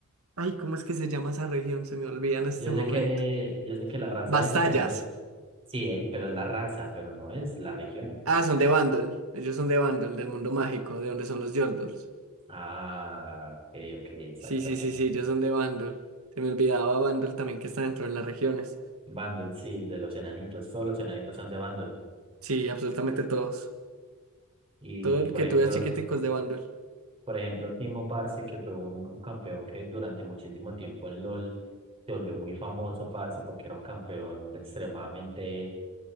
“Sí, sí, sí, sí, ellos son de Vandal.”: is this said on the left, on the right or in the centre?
Right